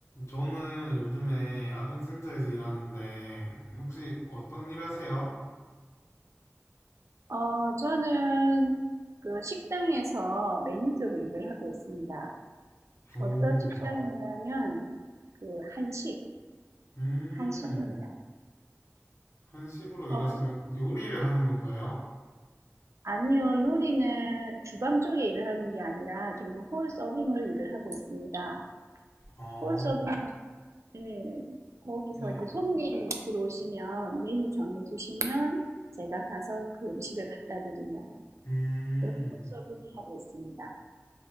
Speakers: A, on the left; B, on the right.
A: 저는 요즘에 아동센터에서 일하는데 혹시 어떤 일 하세요?
B: 어, 저는 그 식당에서 매니저로 일을 하고 있습니다.
A: 오.
B: 어떤 어, 식당이냐면 그 한식,
A: 음,
B: 한식입니다.
A: 한식으로
B: 어,
A: 일하시면
B: 그-
A: 요리를 하는 건가요?
B: 아니요, 요리는 주방 쪽에 일을 하는 게 아니라 저는 홀 서빙을 일을 하고 있습니다.
A: 어,
B: 홀 서빙, 예, 거기서
A: 네.
B: 이제 손님 들어오시면 메뉴 정해주시면 제가 가서 그 음식을 갖다 드리는
A: 음,
B: 그런 홀 서빙을 하고 있습니다.